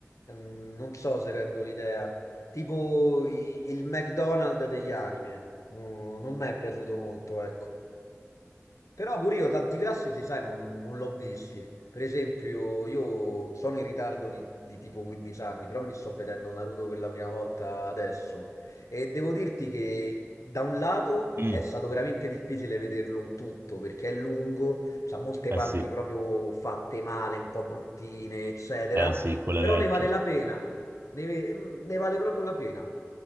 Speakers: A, on the left; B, on the right.
A: Mm, Non so se rendo l'idea. Tipo i- il McDonald's degli anime. Mm, non mi è piaciuto molto, ecco. Però pure io tanti classici, sai, non, non l'ho visti. Per esempio, io sono in ritardo di, di tipo 15 anni, però mi sto vedendo Naruto per la prima volta adesso. E devo dirti che da un lato
B: Mm.
A: è stato veramente difficile vederlo tutto, perché è lungo, c'ha molte
B: Eh
A: parti
B: sì,
A: proprio fatte male, un po' bruttine, eccetera,
B: eh sì, quelle
A: però
B: vecchie.
A: ne vale la pena, ne, ne vale proprio la pena.